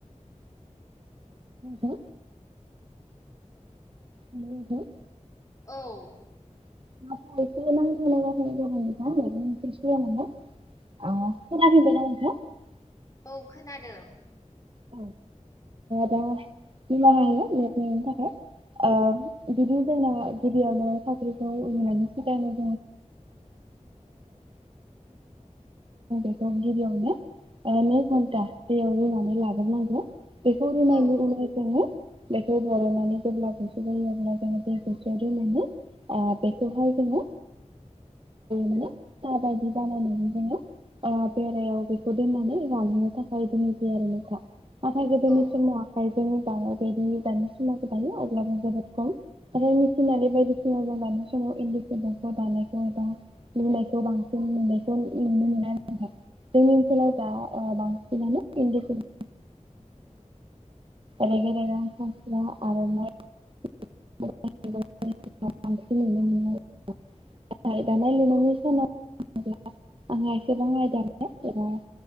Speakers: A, on the right; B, on the left.
A: हो म <unintelligible>
B: औ
A: <unintelligible> <unintelligible>
B: औ खोनादों
A: औ दा निमाह हो <unintelligible> थाखाय ओ बिदिनो जोङो गिबियावनो साख्रिखौ <unintelligible> थाखायनो जोङो <unintelligible> नै घन्टा दैयाव रुनानै लाग्रोनांगौ बेखौ रुनाय
B: औ
A: लोगो लोगो बेखो बरननानै जेब्ला गुसु जायो अब्ला <unintelligible> ओ बेखौहाय जोङो म <unintelligible> दाबायदि बानायनानै जोङो ओ बेरायाव बेखौ दोननानै रानहैनो थाखाय दोननाय जायो आरो नोंथां नाथाय गोदोनि
B: औ
A: समाव आखाइजों दानाय बायदि दानाय समा गोदान अब्लाबो जोबोद खम आरो मिसिनारि बायदिसिना जों दानाय समाव इन्दि खुन्दुंखौ दानायखौ एबा लुनायखौ बांसिन नुनायखौ नुनो मोना <unintelligible> जोंनि ओनसलाव जा ओ बांसिनानो इन्दि <unintelligible> <unintelligible> रेग रेगां फास्रा आर'नाइ <unintelligible> नुनो मोनो आरो <unintelligible> <unintelligible> आंहा एसेबां आयदा गैया एबा